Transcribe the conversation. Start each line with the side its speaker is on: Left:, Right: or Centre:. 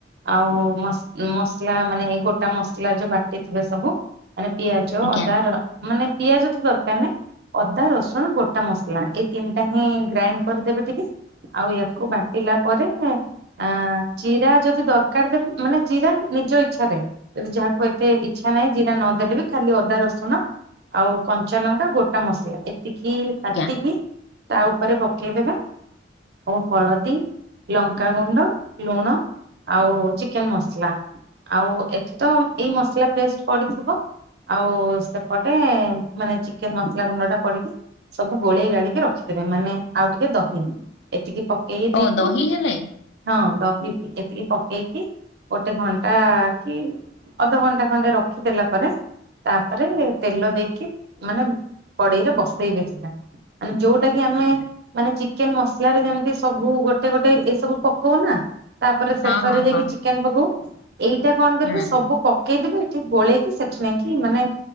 Right: ଆଉ ମସ୍-ମସଲା ମାନେ, ଏଇ ଗୋଟା ମସଲା ଯୋଉ ବାଟିଥିବେ ସବୁ, ମାନେ ପିଆଜ
Left: ଆଜ୍ଞା
Right: ଅଦା ର ମାନେ ପିଆଜ ତ ଦରକାର ନାଇଁ। ଅଦା, ରସୁଣ, ଗୋଟ୍ ଟା ମସଲା, ଏଇ ତିନିଟା ହିଁ ଗ୍ରାଇଣ୍ଡ୍ କରିଦେବେ ଟିକେ। ଆଉ ୟାକୁ ବାଟିଲା ପରେ ଆଁ ଜିରା ଯଦି ଦରକାର ଦେବେ ମାନେ, ଜିରା ନିଜ ଇଚ୍ଛାରେ ଯାହାକୁ ଏତେ ଇଚ୍ଛା ନାହିଁ, ଜି ଏ ନଦେଲେ ବି ଖାଲି ଅଦା ରସୁଣ ଆଉ କଞ୍ଚା ଲଙ୍କା ଗୋଟା ମସଲା ଏତି କି ବାଟିକି
Left: ଆଜ୍ଞା,
Right: ତା ଉପରେ ପକେଇ ଦେବେ। ଓ ହଳଦୀ ଲଙ୍କାଗୁଣ୍ଡ ଲୁଣ ଆଉ ଚିକେନ୍ ମସ୍ଲା। ଆଉ ଏଠି ତ ଏଇ ମସ୍ଲା ପେଷ୍ଟ ପଡିଥିବ ଆଉ ସେପଟେ ଏଁ ମାନେ ଚିକେନ୍ ମସ୍ଲା ଗୁଣ୍ଡ ଟା ପଡିକି ସବୁ ଗୋଳେଇ ଗାଳିକି ରଖିଦେବେ ମାନେ ଆଉ ଟିକେ ଦ‌ହି ଏତିକି ପ କେଇ
Left: ଓ
Right: ଦେଇକି
Left: ଦହି ହେଲେ,
Right: ହଁ ଦହି ଏତିକି ପକେଇକି ଗୋଟେ ଘଣ୍ଟ୍ ଟା କି ଅଧଘଣ୍ଟା ଖଣ୍ଡେ ରଖିଦେଲା ପରେ ତାପରେ ତେଲ ଦେଇକି ମାନେ କଡେଇରେ ବସେଇବେ ସେଟା। ମାନେ ଯୋଉଟା କି ଆମେ
Left: ଆଜ୍ଞା,
Right: ମାନେ ଚିକେନ୍ ମସ୍ଲାରେ ଯେମିତି ସବୁ ଗୋଟେ ଗୋଟେ ଏ ସବୁ ପକୋଉ ନା ତାପରେ
Left: ହଁ,
Right: ଶେଷରେ
Left: ହଁ,
Right: ଯାଇକି
Left: ହଁ,
Right: ଚିକେନ୍ ପକଉ ଏଇଟା କଣ କରିବୁ
Left: ହୁଁ, ଆଜ୍ଞା.
Right: ସବୁ ପ ପକେଇଦେବେ ଏଠି ଗୋଳେଇକି ସେଠି ନେଇକି ମାନେ